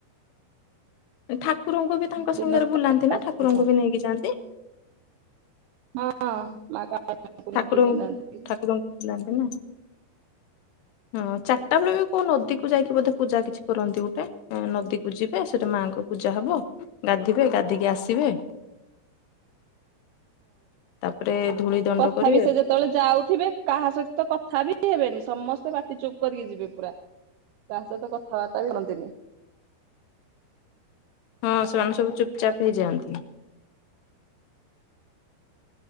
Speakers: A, on the left; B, on the right.
A: ଠାକୁରଙ୍କୁ ବି ତାଙ୍କ
B: ଦିନ
A: ସାଙ୍ଗରେ
B: ସାରା
A: ବୁଲାନ୍ତି
B: ହଁ
A: ନା ଠାକୁରଙ୍କୁ ବି ନେଇକି ଯାଆନ୍ତି।
B: ହଁ ମା କାଳୀମାଙ୍କୁ ନେଇକି
A: ଠାକୁରଙ୍କୁ
B: ଯାଆନ୍ତି
A: ଠାକୁରଙ୍କୁ ବୁଲାନ୍ତିନା। ହଁ ଚାରିଟା ବେଳେ ବି କୋଉ ନଦୀକୁ ଯାଇକି ବୋଧେ ପୂଜା କିଛି କରନ୍ତି ଗୋଟେ। ନଦୀକୁ ଯିବେ ସେଠି ମାଙ୍କ ପୂଜା ହବ ଗାଧେଇବେ ଗାଧେଇକି ଆସିବେ। ତାପରେ ଧୂଳି ଦଣ୍ଡ
B: ତଥାପି
A: କରିବେ
B: ସେ ଯେତେବେଳେ ଯାଉଥିବେ କାହା ସହିତ କଥା ବି ହେବେନି ସମସ୍ତେ ପାଟି ଚୁପ କରିକି ଯିବେ ପୁରା। କାହା ସହିତ କଥାବାର୍ତ୍ତା ବି ହୁଅନ୍ତିନି।
A: ହଁ ସେମାନେ ସବୁ ଚୁପ ଚାପ୍ ହେଇ ଯାଆନ୍ତି।